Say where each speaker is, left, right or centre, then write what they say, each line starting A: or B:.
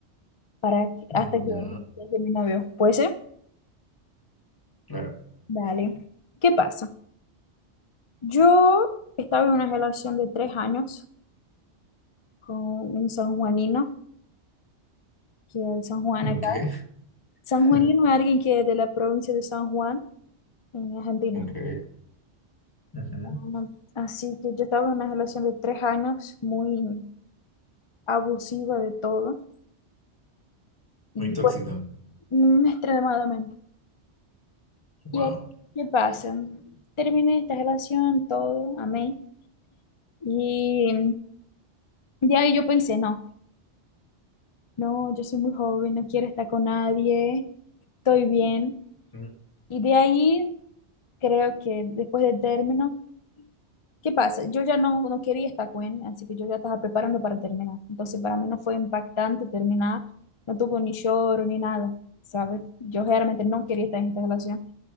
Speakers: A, on the left (about 40°); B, on the left (about 20°).
A: para que-
B: Mm,
A: hasta que
B: ya,
A: llegue mi novio. ¿Puede ser?
B: claro.
A: Dale. ¿Qué pasa? Yo estaba en una relación de tres años con un sanjuanino, que es de San Juan
B: Ok,
A: acá. Sanjuanino
B: <laughs>
A: es alguien que es de la provincia de San Juan, en Argentina.
B: ok. Ajá.
A: Um, Así que yo estaba en una relación de tres años muy abusiva de todo. Y
B: Muy tóxica.
A: bueno, Mm, Extremadamente.
B: Wow.
A: ¿Y ahí qué pasa? Terminé esta relación, todo, amé. Y de ahí yo pensé, no, no, yo soy muy joven, no quiero estar con nadie, estoy bien.
B: Mm,
A: Y de ahí creo que después del término, ¿qué pasa? Yo ya no, no quería estar con él, así que yo ya estaba preparando para terminar. Entonces para mí no fue impactante terminar, no tuvo ni lloro ni nada, ¿sabes? Yo realmente no quería estar en esta relación.